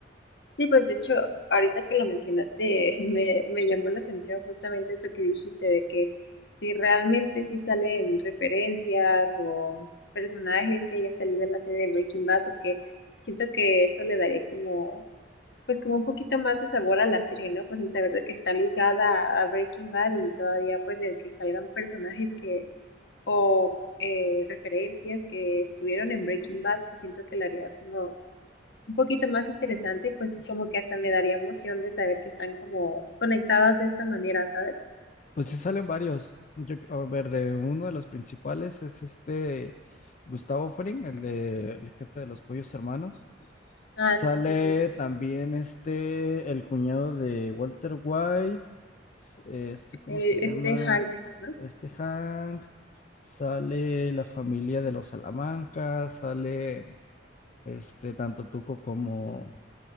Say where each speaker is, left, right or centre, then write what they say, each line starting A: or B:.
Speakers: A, on the left (about 65°); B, on the left (about 45°).
A: Sí, pues de hecho, ahorita que lo mencionaste, <laughs> me, me llamó la atención justamente eso que dijiste de que si realmente sí salen referencias o personajes que hayan salido en la serie de Breaking Bad, porque siento que eso le daría como, pues como un poquito más de sabor a la serie, ¿no? Pues el saber de que está ligada a Breaking Bad y todavía pues el que salgan personajes que, o eh, referencias que estuvieron en Breaking Bad, pues siento que le haría como un poquito más interesante, pues es como que hasta me daría emoción de saber que están como conectadas de esta manera, ¿sabes?
B: Pues sí salen varios. Yo, a ver, de uno de los principales es este Gustavo Fring, el de el jefe de los Pollos Hermanos.
A: Ah,
B: Sale
A: sí, sí, sí.
B: también este el cuñado de Walter White, s- eh, este, ¿cómo
A: El,
B: se llama?
A: este Hank, ¿no?
B: Este Hank. Sale la familia de los Salamanca, sale este tanto Tuco como